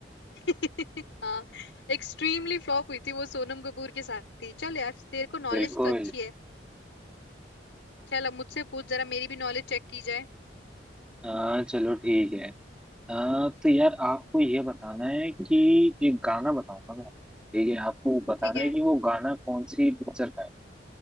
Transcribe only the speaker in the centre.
बिल्कुल
आ, चलो ठीक है आ, तो यार आपको ये बताना है कि एक गाना बताऊंगा मैं ठीक है आपको बताना
है कि वो गाना कौन सी पिक्चर का है